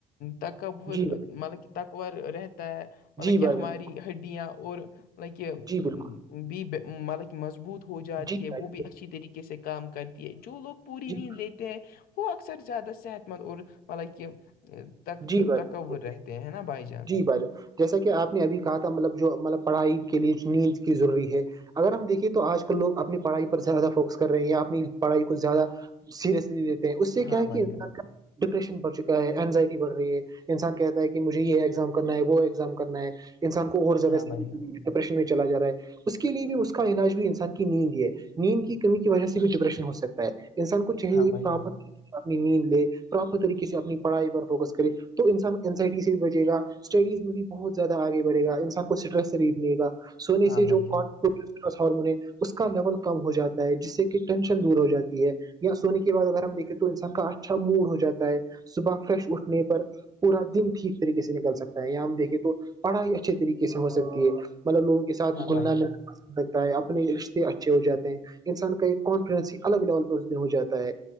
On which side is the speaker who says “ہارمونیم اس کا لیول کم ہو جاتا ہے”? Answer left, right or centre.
Right